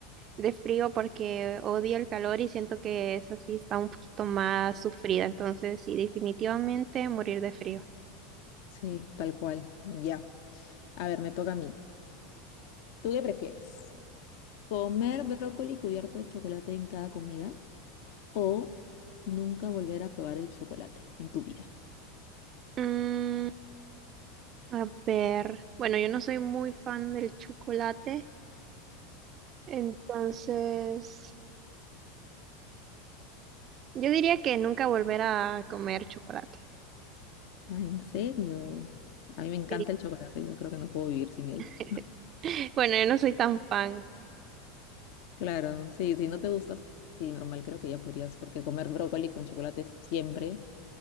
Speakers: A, on the right (about 35°); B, on the left (about 55°).
A: de frío porque odio el calor y siento que esa sí está un poquito más sufrida. Entonces, sí, definitivamente morir de frío.
B: Sí, tal cual. Ya. A ver, me toca a mí. ¿Tú qué prefieres? ¿Comer brócoli cubierto de chocolate en cada comida o nunca volver a probar el chocolate en tu vida?
A: Mm, a ver, bueno, yo no soy muy fan del chocolate, entonces yo diría que nunca volver a comer chocolate.
B: Ah, ¿en serio? A mí me encanta
A: Sí.
B: el chocolate, yo creo que no puedo vivir sin él.
A: <laughs> Bueno, yo no soy tan fan,
B: Claro, sí, si no te gusta, sí, normal, creo que ya podrías, porque comer brócoli con chocolate siempre,